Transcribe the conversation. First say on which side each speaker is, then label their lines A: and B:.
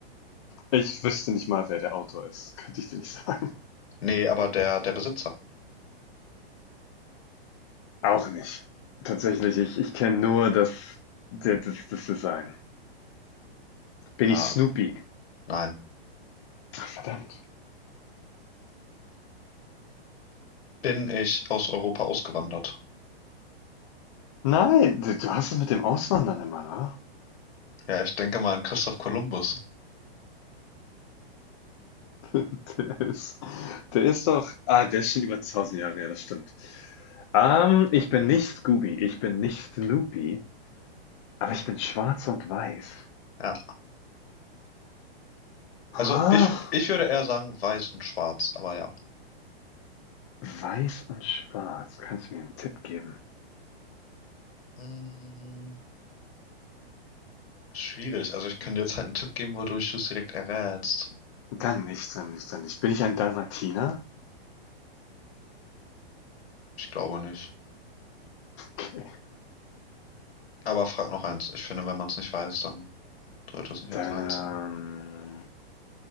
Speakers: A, on the left; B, on the left.
A: Ich wüsste nicht mal, wer der Autor ist. Könnte ich dir nicht sagen.
B: Nee, aber der, der Besitzer.
A: Auch nicht. Tatsächlich, ich, ich kenne nur das, das, das Design. Bin
B: Ja,
A: ich Snoopy?
B: nein.
A: Verdammt.
B: Bin ich aus Europa ausgewandert?
A: Nein, du, du hast es mit dem Auswandern immer, ne?
B: Ja, ich denke mal an Christoph Kolumbus.
A: <laughs> Der ist, der ist doch. Ah, der ist schon über 1000 Jahre, ja, das stimmt. Ähm, ich bin nicht Scooby, ich bin nicht Snoopy, aber ich bin schwarz und weiß.
B: Ja, also
A: Ah.
B: ich, ich würde eher sagen weiß und schwarz, aber ja.
A: Weiß und schwarz. Kannst du mir einen Tipp geben?
B: Hm, schwierig. Also ich könnte jetzt halt einen Tipp geben, wodurch du es direkt errätst.
A: Dann nicht, dann nicht, dann nicht. Bin ich ein Dalmatiner?
B: Ich glaube nicht.
A: Okay.
B: Aber frag noch eins. Ich finde, wenn man es nicht weiß, dann sollte es nicht
A: Dann,
B: als Nein
A: ähm,
B: ziehen.